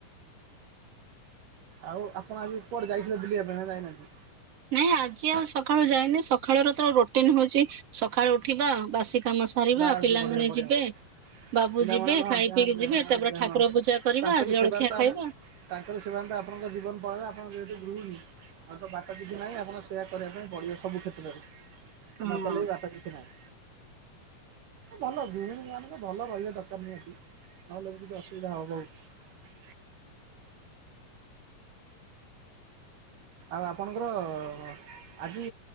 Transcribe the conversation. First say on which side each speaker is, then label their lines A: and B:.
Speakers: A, on the right; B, on the right.
A: ଆଉ ଆପଣ ଆଜି କୁଆଡେ ଯାଇଥିଲେ ବୁଲିବା ପାଇଁ, ନା ଯାଇନାହାନ୍ତି?
B: ନାଇଁ ଆଜି ଆଉ ସକାଳୁ ଯାଇନି ସକାଳୁ ର ତ ରୋଟିନ୍ ହଉଚି, ସକାଳୁ ଉଠିବା ବାସି କାମ ସାରିବା,
A: ବାସ୍
B: ପିଲାମାନେ
A: ବଢ଼ିଆ ବଢ଼ିଆ
B: ଯିବେ ବାବୁ
A: ପିଲାମାନଙ୍କ
B: ଯିବେ,
A: ହଁ
B: ଖାଇ
A: ଆଜ୍ଞା
B: ପିଇକି
A: ଆଜ୍ଞା
B: ଯିବେ, ତାପରେ
A: ଆଜ୍ଞା
B: ଠାକୁର
A: ହଁ
B: ପୂଜା କରିବା,
A: ତାଙ୍କରି
B: ଜଳଖିଆ
A: ସେବାରେ ତ
B: ଖାଇବା।
A: ଆମ ତାଙ୍କର ସେବାରେ ଆପଣଙ୍କ ଜୀବନ ପଳେଇବ, ଆପଣ ଯେହେତୁ ଗୃହିଣୀ ଆଉ ତ ବାଟ କିଛି ନାହିଁ ଆପଣ ସେୟା କରିବା ପାଇଁ ପଡିବ ସବୁ କ୍ଷେତ୍ରରେ,
B: ହଁ।
A: ନ କଲେ ବି ବାଟ କିଛି ନାହିଁ। ଭଲ, ଗୃହିଣୀ ମାନେ ବି ଭଲ ରହିବା ଦରକାର ନିହାତି। ନହେଲେ ବି କି ଅସୁବିଧା ହବ ବହୁତ।
B: <inaudible>
A: ଆଉ ଆପଣଙ୍କର ଅ ଅ ଆଜି